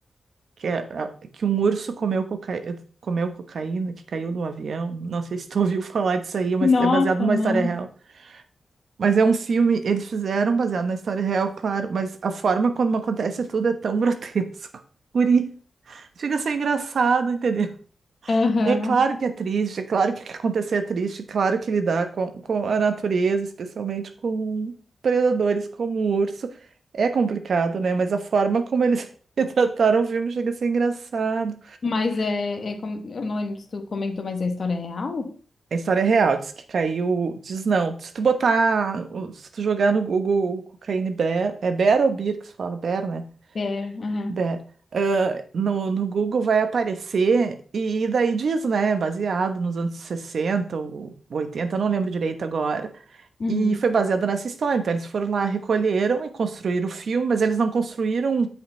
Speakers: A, on the right; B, on the left.
A: que é a- que um urso comeu cocaína, comeu cocaína, que caiu do avião. Não sei se tu <laughs> ouviu falar disso aí, mas
B: Nossa,
A: é baseado numa
B: não.
A: história real. Mas é um filme, eles fizeram baseado na história real, claro, mas a forma como acontece tudo é tão grotesco. <laughs> Guri, chega a ser engraçado, entendeu?
B: Aham.
A: É claro que é triste, é claro que o que acontecer é triste, é claro que lidar com, com a natureza, especialmente com predadores como o urso, é complicado, né? Mas a forma como eles <laughs> retrataram o filme chega a ser engraçado.
B: Mas é, é como- eu não lembro se tu comentou, mas é história real?
A: A história é real, diz que caiu. Diz não. Se tu botar. Se tu jogar no Google cocaína e Bear. É Bear ou Beer que se fala? Bear, né?
B: É, aham.
A: Dé, ah, no, no Google vai aparecer e daí diz, né? Baseado nos anos 60 ou 80, eu não lembro direito agora.
B: Uhum.
A: E foi baseada nessa história. Então, eles foram lá, recolheram e construíram o filme, mas eles não construíram